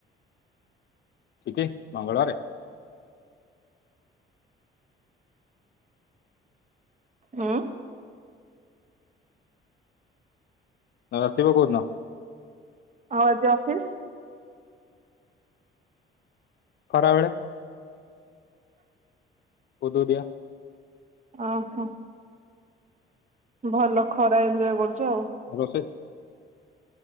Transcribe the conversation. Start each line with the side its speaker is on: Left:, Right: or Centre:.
Left: ଛି ଛି ମଙ୍ଗଳବାରେ।
Right: ହୁଁ।
Left: ଆଉ ଆସିବୁ କୋଉଦିନ?
Right: ଆଉ ଆଜି ଅଫିସ୍?
Left: ଖରାବେଳେ। ଉଦୁଉଦିଆ।
Right: ଓହୋ। ଭଲ ଖରା ଏଞ୍ଜୟ କରୁଚ ଆଉ।
Left: ରୋଷେଇ